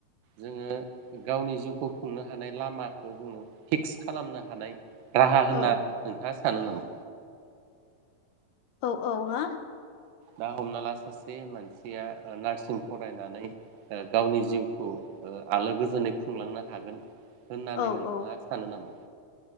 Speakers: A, on the right (about 85°); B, on the left (about 75°).
A: जोङो गावनि जिउखौ खुंनो हानाय लामाखो जोङो फिक्स खालामनो हानाय राहा होनना
B: औ
A: नोंथाङा सानो नामा?
B: औ औ हा
A: दा हमना ला सासे मानसिया ओ नार्सिं फरायनानै ओ गावनि जिउखौ ओ आलो गोजोनै खुंलांनो हागोन होननानै
B: औ
A: नोंथाङा
B: औ
A: सानो नामा?